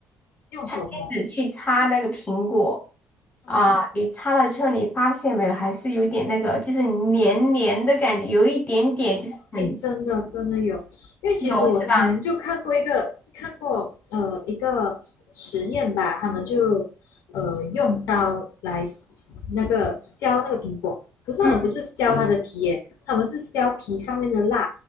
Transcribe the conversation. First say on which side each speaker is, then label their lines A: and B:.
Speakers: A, on the left (about 60°); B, on the left (about 25°).
A: 用手摸。
B: 餐巾纸去擦那个苹果
A: 哦
B: 啊，你擦了之后，你发现没有？还是有点那个，就是黏黏的感觉，有一点点就是很
A: 哎，真的真的有，因为其实我之前就看过一个看过呃一个实验吧，
B: 油，是吧？
A: 他们就呃用刀来撕那个削那个苹果，可是他们不是削它嗯的嗯皮耶，
B: 嗯，
A: 他们是削皮上面的蜡，